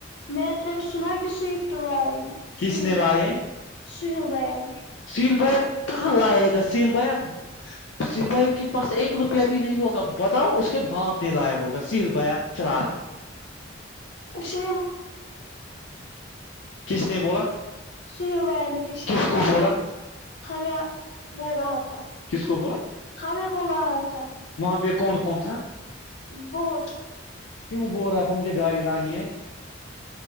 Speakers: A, on the left (about 65°); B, on the left (about 80°).
A: میں نے وہ سنا کہ صوف تولائی
B: کس
A: شری
B: نے
A: <unintelligible>
B: لائے
A: جل بان <unintelligible>
B: سیل بیا کہاں لائے گا سیل بایا سل بائی کے پاس ایک روپیہ بھی نہیں ہوگا بتاؤ اس کے باپ نے لایا ہوگا سیل بایا چلا رہا
A: اسی
B: کس نے بولا
A: سل بہ نے پچھل
B: کس کو بولا
A: ہمیں بول رہا تھا
B: کس کو بولا
A: ہمیں بول رہا تھا
B: وہاں پہ کون کون تھا
A: بہت
B: کیوں بول رہا تھا مجھے گاڑی لانی ہے